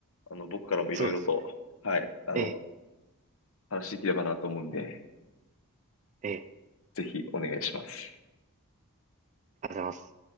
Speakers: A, on the left; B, on the right.
A: あの、僕からもいろいろと、
B: そうですね。
A: はい、あの、
B: ええ、
A: 話していければなと思うんで、
B: ええ、
A: ぜひお願いします。
B: ありがとうございます。